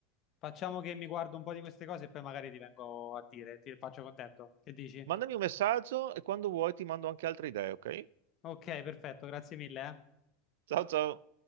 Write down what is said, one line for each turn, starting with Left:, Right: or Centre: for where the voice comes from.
Left: Facciamo che mi guardo un po' di queste cose e poi magari ti vengo a dire, ti faccio contento. Che dici?
Right: Mandami un messaggio e quando vuoi ti mando anche altre idee, ok?
Left: Ok, perfetto, grazie mille, eh.
Right: Ciao ciao!